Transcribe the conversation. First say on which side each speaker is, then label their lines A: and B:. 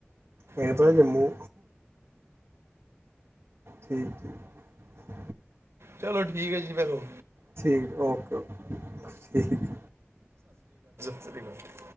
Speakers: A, on the right; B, on the right.
A: ਇਹਪਤੇ
B: ਅੱਛਾ
A: ਜੰਮੂ। ਠੀਕ ਠੀਕ
B: ਚਲੋ ਠੀਕ ਹੈ ਜੀ ਫਿਰ ਉਨ।
A: ਠੀਕ ਓਕੇ ਓਕੇ। ਠੀਕ।
B: ਸਿਰੀ ਕਾਲ਼।